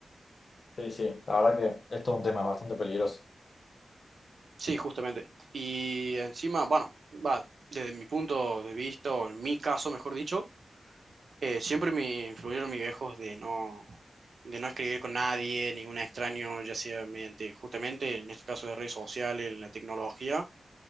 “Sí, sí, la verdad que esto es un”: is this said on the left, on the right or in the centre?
Left